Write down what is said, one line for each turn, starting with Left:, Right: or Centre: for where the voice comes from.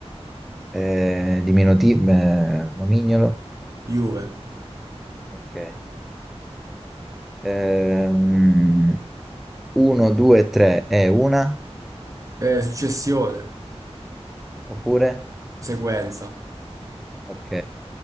Centre: eh, diminutivo, eh, nomignolo.
Right: Juve.
Centre: Ok. Ehm, uno, due, tre è una,
Right: Eh, successione.
Centre: oppure?
Right: Sequenza.
Centre: Ok.